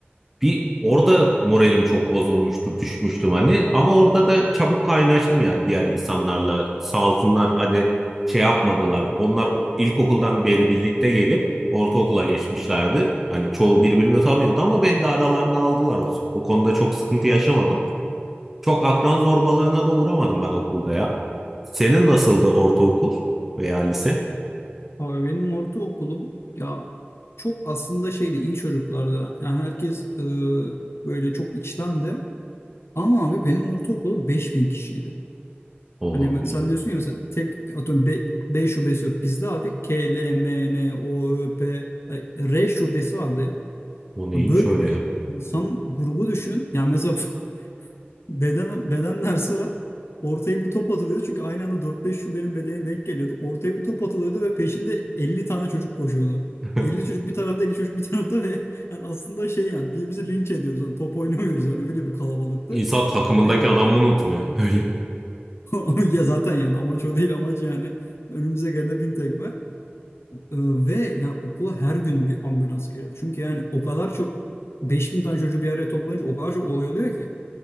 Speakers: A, in the centre; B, on the left.
A: Bir orada moralim çok bozulmuştu, düşmüştüm hani. Ama orada da çabuk kaynaştım yani diğer insanlarla. Sağ olsunlar hani şey yapmadılar. Onlar o- ilkokuldan beri birlikte gelip ortaokula geçmişlerdi. Hani çoğu birbirini tanıyordu ama beni de aralarına aldılar. O, o konuda çok sıkıntı yaşamadım. Çok akran zorbalığına da uğramadım ben okulda ya. Senin nasıldı ortaokul veya lise?
B: Abi benim ortaokulum ya çok aslında şeydi iyi çocuklardı. Yani herkes e, böyle çok içten de. Ama abi benim ortaokulum 5000 kişiydi.
A: O
B: Hani me-
A: abi,
B: sen diyorsun ya mesela tek atıyorum B, B şubesi yok. Bizde abi K, L, M, N, O, Ö, P, ay, R şubesi vardı ya.
A: o neymiş
B: Böyle
A: öyle
B: bir
A: ya?
B: insan grubu düşün. Yani mesela <laughs> beden beden dersi var. Ortaya bir top atılıyordu. Çünkü aynı anda 4-5 şubenin bedeni denk geliyordu. Ortaya bir top atılıyordu ve peşinde 50 tane çocuk koşuyordu.
A: <laughs>
B: elli çocuk bir tarafta, 50 çocuk bir tarafta ve <laughs> yani aslında şey yani birbirimizi linç ediyoruz. Yani top oynamıyoruz yani öyle bir kalabalıktı.
A: İnsan takımındaki
B: Ve yani
A: adamı unutur ya. Öyle.
B: <laughs> ya zaten yani amaç o değil amaç yani önümüze gelene bin tekme. Ee, ve yani okula her gün bir ambulans geliyor. Çünkü yani o kadar çok 5000 tane çocuğu bir araya toplayınca o kadar çok olay oluyor ki.